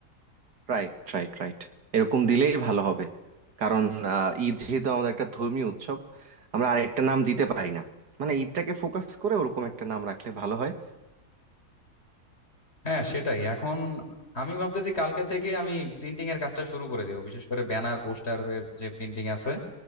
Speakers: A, on the right; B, on the left.
A: রাইট রাইট রাইট এরকম দিলেই ভালো হবে কারণ আহ, ঈদ যেহেতু আমাদের একটা ধর্মীয় উৎসব আমরা আরেকটা নাম দিতে পারি না মানে ঈদটাকে ফোকাস করে ওরকম একটা নাম রাখলে ভালো হয়
B: হ্যাঁ সেটাই এখন আমি ভাবতেছি কালকে থেকে আমি প্রিন্টিং এর কাজটা শুরু করে দেবো বিশেষ করে ব্যানার পোস্টারের যে প্রিন্টিং আছে